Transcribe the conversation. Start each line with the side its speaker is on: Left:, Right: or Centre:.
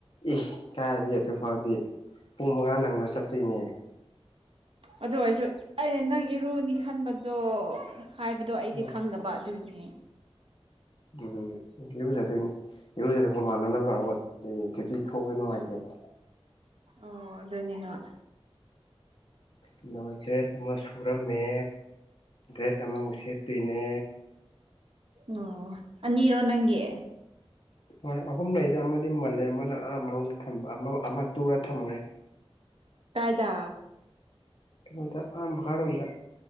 Left: ꯏ ꯀꯥꯏꯗꯒꯤ ꯑꯗꯨꯛ ꯐꯥꯎꯗꯤ ꯄꯨꯡ ꯃꯉꯥ ꯅꯪꯅ ꯆꯠꯇ꯭ꯔꯤꯅꯦ
Right: ꯑꯗꯨ ꯑꯩꯁꯨ ꯑꯩ ꯅꯪ ꯏꯔꯨꯅꯤ ꯈꯟꯕꯗꯣ ꯍꯥꯏꯕꯗꯣ ꯑꯩꯗꯤ
Left: ꯎꯝ
Right: ꯈꯪꯗꯕ ꯑꯗꯨꯒꯤꯅꯦ
Left: ꯎꯝ ꯏꯔꯨꯖꯗꯣꯏꯅꯦ ꯏꯔꯨꯖꯗꯣꯏ ꯍꯨꯃꯥꯟꯅꯅꯕ ꯂꯥꯛꯄ ꯑꯦ ꯖꯛꯇꯤ ꯊꯣꯛꯕ ꯅꯨꯡꯉꯥꯏꯇꯦꯕ
Right: ꯑꯣ ꯑꯗꯨꯅꯦ ꯍ
Left: ꯑꯗꯨꯒ ꯗ꯭ꯔꯦꯁ ꯑꯃ ꯁꯨꯔꯝꯃꯦ ꯗ꯭ꯔꯦꯁ ꯑꯃꯃꯨꯛ ꯁꯦꯠꯇꯣꯏꯅꯦ
Right: ꯑꯣ ꯑꯅꯤꯔꯣ ꯅꯪꯒꯤ
Left: ꯍꯣꯏ ꯑꯍꯨꯝ ꯂꯩꯗ ꯑꯃꯗꯤ ꯃꯜꯂꯦ ꯑꯃꯅ ꯑ ꯃꯅꯨꯡꯗ ꯑꯃ ꯇꯨꯔ ꯊꯝꯈ꯭ꯔꯦ
Right: ꯇꯥꯏꯗꯥ
Left: ꯀꯩꯅꯣꯗ ꯑꯍ ꯃꯈꯥꯔꯣꯝꯗ